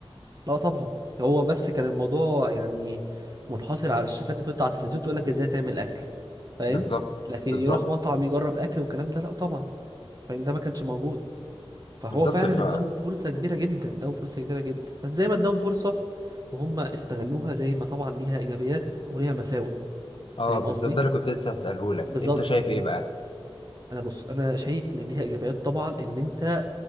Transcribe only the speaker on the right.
لا طبعا هو بس كان الموضوع يعني منحصر على الشيفات اللي بتطلع على التلفزيون تقول لك ازاي تعمل اكل فاهم
لكن
يروح مطعم يجرب اكل والكلام ده لا طبعا فاهم ده ما كانش موجود فهو
فعلا
اداهم فرصة كبيرة جدا اداهم فرصة كبيرة جدا بس زي ما اداهم فرصة وهم استغلوها زي ما طبعا ليها ايجابيات وليها مساوئ
فاهم
قصدي
بالظبط
مم.
انا بص انا شايف ان ليها ايجابيات طبعا ان انت